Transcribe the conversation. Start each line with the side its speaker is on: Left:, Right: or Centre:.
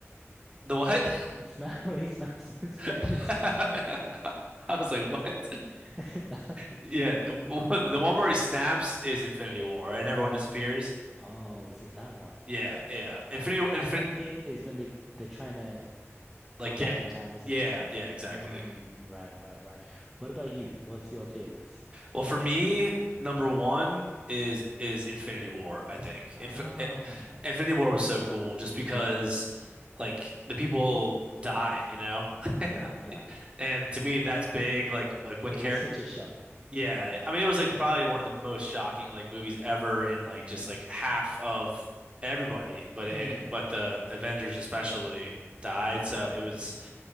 Right: The what?
Centre: It's not <laughs> where he snaps his fingers.
Right: <laughs> I was like, what?
Centre: <laughs>
Right: Yeah, the the one where he snaps is Infinity War and everyone disappears.
Centre: Oh, was it that one?
Right: Yeah, yeah. Infinity,
Centre: Um,
Right: infin
Centre: and Endgame is when they they're trying to
Right: like
Centre: go
Right: get.
Centre: back in time, isn't
Right: Yeah,
Centre: it?
Right: yeah, exactly.
Centre: Mm, right, right, right. What about you? What's your favorites?
Right: Well, for me, number one is is Infinity War, I think.
Centre: Ah,
Right: Inf eh, Infinity War was so cool just because
Centre: yeah,
Right: like the people die, you know? <laughs>
Centre: yeah, yeah.
Right: And to me that's big like like when
Centre: It
Right: care
Centre: was such a shock.
Right: yeah,
Centre: Mm,
Right: I mean it was like probably one of the most shocking like movies ever in like
Centre: yeah,
Right: just like half of everybody, but it
Centre: mm,
Right: but the Avengers especially died,
Centre: yeah.
Right: so it was
Centre: Mm.